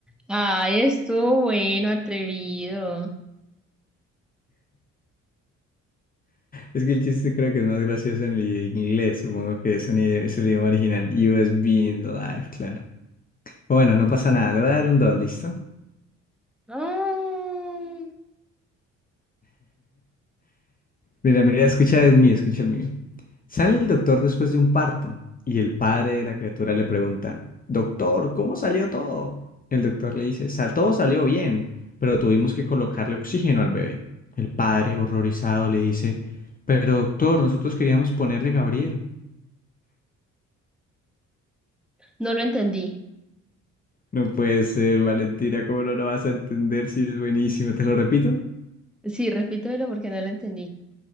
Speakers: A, in the centre; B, on the left (about 30°).
A: Ay, estuvo bueno, atrevido.
B: Es que el chiste creo que es más gracioso en el inglés. Supongo que es, un i- es el idioma original. USB in the life, claro. Bueno, no pasa nada. Le voy a dar un 2, ¿listo?
A: Ah,
B: Mira, mira, escucha el mío, escucha el mío. Sale el doctor después de un parto y el padre de la criatura le pregunta, Doctor, ¿cómo salió todo? El doctor le dice, "Sal, todo salió bien, pero tuvimos que colocarle oxígeno al bebé. El padre, horrorizado, le dice, Pero doctor, nosotros queríamos ponerle Gabriel.
A: no lo entendí.
B: No puede ser, Valentina, ¿cómo no lo vas a entender si es buenísimo? ¿Te lo repito?
A: Sí, repítemelo porque no lo entendí.